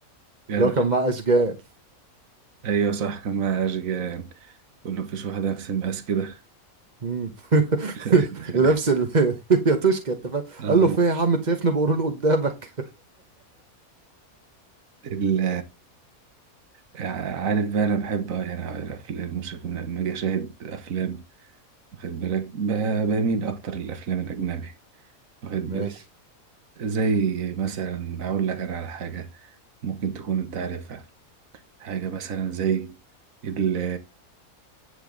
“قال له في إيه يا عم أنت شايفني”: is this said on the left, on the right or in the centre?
Right